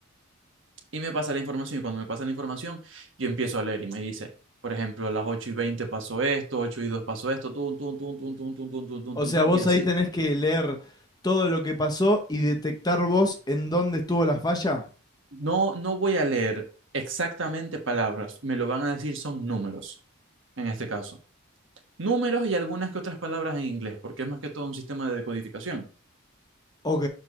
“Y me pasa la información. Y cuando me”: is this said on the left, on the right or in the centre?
Right